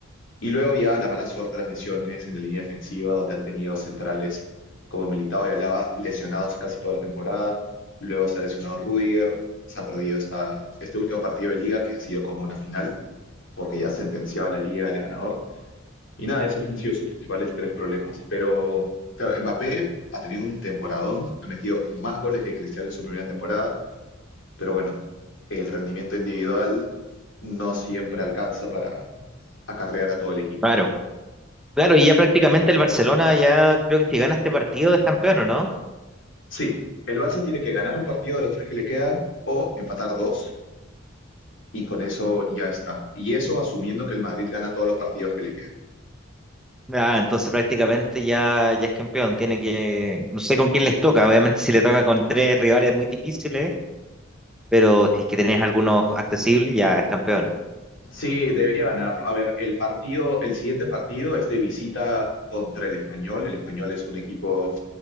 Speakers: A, on the left (about 65°); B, in the centre.
A: Y luego ya la mala suerte de las lesiones en la línea defensiva, donde han tenido centrales como Militao y Alaba lesionados casi toda la temporada. Luego se ha lesionado Rudiger, se ha perdido esta, este último partido de liga que ha sido como una final, porque ya ha sentenciado la liga el ganador. Y nada, esos han sido sus principales tres problemas. Pero claro, Mbappé ha tenido un temporadón, ha metido más goles que Cristiano en su primera temporada, pero bueno, el rendimiento individual no siempre alcanza para acarrear a todo el equipo.
B: Claro, claro, y ya prácticamente el Barcelona ya creo que si gana este partido es campeón, ¿o no?
A: Sí, el Barça tiene que ganar un partido de los tres que le quedan o empatar dos y con eso ya está. Y eso asumiendo que el Madrid gana todos los partidos que le quedan.
B: Ah, entonces prácticamente ya, ya es campeón, tiene que, no sé con quién les toca, obviamente si le toca con tres rivales muy difíciles pero si es que tenés algunos accesibles, ya es campeón.
A: Sí, debería ganarlo. A ver, el partido, el siguiente partido es de visita contra el Español. El Español es un equipo